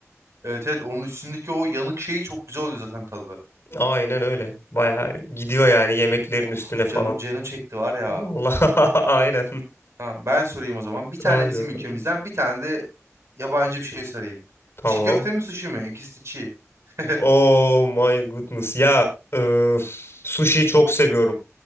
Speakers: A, on the right (about 60°); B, on the left (about 45°).
A: Evet evet onun üstündeki o yanık şeyi çok güzel oluyor zaten tadı.
B: Aynen öyle. Bayağı gidiyor yani yemeklerin
A: Oh
B: üstüne falan.
A: canım canım çekti var ya.
B: Vallahi <laughs> aynen.
A: Tamam ben sorayım o zaman. Bir tane
B: Haydi
A: bizim
B: bakalım.
A: ülkemizden bir tane de yabancı bir şey sorayım.
B: Tamam.
A: Çiğ köfte mi sushi mi? İkisi de çiğ. <laughs>
B: Oh my goodness. Ya eee, sushi çok seviyorum.